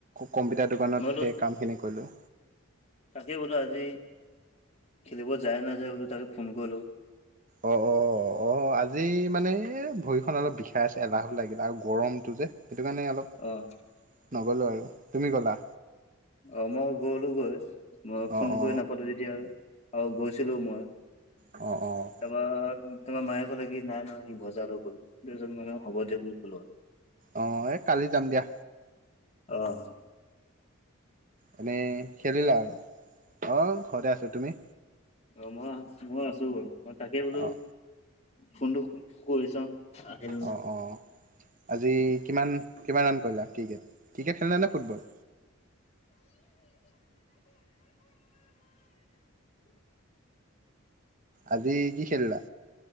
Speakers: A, on the right (about 40°); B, on the left (about 30°).
A: কম্পিউটাৰ দোকানত
B: মই বোলো
A: সেই কামখিনি কৰিলোঁ।
B: তাকে বোলো আজি খেলিব যায় নাযায় বোলো তাকে ফোন কৰিলোঁ।
A: অঁ' অঁ' অঁ' অঁ'- অঁ' আজি মানে এই ভৰিখন অলপ বিষাই আছে এলাহো লাগিলে আৰু গৰমটো যে সেইটো কাৰণে অলপ-
B: অঁ'।
A: নগলোঁ আৰু। তুমি গ'লা
B: অঁ' মই গলোঁ গৈ মই ফোন
A: অ
B: কৰি
A: অ
B: নাপালোঁ যেতিয়া। আও গৈছিলোঁ মই।
A: অঁ অঁ।
B: তাৰপা তোমাৰ মায়ে কলে কি নাই নহয় সি বজাৰ লৈ গ'ল, দুজন মানে হ'ব দিয়ক বুলি কলো আও।
A: অঁ এই কালি যাম দিয়া।
B: অহ।
A: তুমি খেলিলা আৰু, অঁ ঘৰতে আছো, তুমি?
B: অঁ মই মই আছো বাৰু, মই তাকে বোলো
A: অঁ
B: ফোনটো কৰি চাওঁ। আহিল নে নাই
A: অঁ অঁ আজি কিমান কিমান ৰাণ কৰিলা ক্ৰিকেট? ক্ৰিকেট খেলিলা নে ফুটবল? আজি কি খেলিলা?